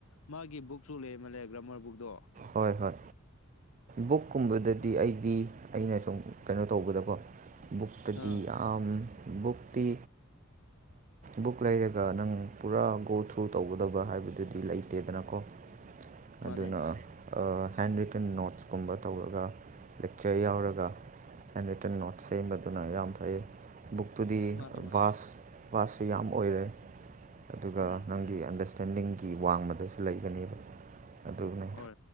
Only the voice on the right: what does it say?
ꯍꯣꯏ ꯍꯣꯏ ꯕꯨꯛꯀꯨꯝꯕꯗꯗꯤ
ꯑꯩꯒꯤ ꯑꯩꯅ ꯁꯨꯝ ꯀꯩꯅꯣ ꯇꯧꯕꯗꯀꯣ ꯕꯨꯛꯇꯗꯤ
ꯌꯥꯝ ꯕꯨꯛꯇꯤ ꯕꯨꯛ ꯂꯩꯔꯒ ꯅꯪ ꯄꯨꯔꯥ ꯒꯣ ꯊ꯭ꯔꯨ ꯇꯧꯒꯗꯕ ꯍꯥꯏꯕꯗꯨꯗꯤ ꯂꯩꯇꯦꯗꯅꯀꯣ
ꯑꯗꯨꯅ ꯍꯦꯟ ꯔꯤꯇꯟ ꯅꯣꯠꯁꯀꯨꯝꯕ ꯇꯧꯔꯒ ꯂꯦꯛꯆꯔ ꯌꯥꯎꯔꯒ ꯑꯦꯟ ꯔꯤꯇꯟ ꯅꯣꯠ ꯁꯦꯝꯕꯗꯨꯅ ꯌꯥꯝ ꯐꯩ ꯕꯨꯛꯇꯨꯗꯤ
ꯕꯥꯁ ꯕꯥꯁꯁꯨ ꯌꯥꯝ ꯑꯣꯏꯔꯦ ꯑꯗꯨꯒ
ꯅꯪꯒꯤ ꯑꯟꯗꯔꯁ ꯁꯦꯟꯗꯤꯡꯒꯤ ꯋꯥꯡꯃꯗꯁꯨ ꯂꯩꯒꯅꯦꯕ ꯑꯗꯨꯅ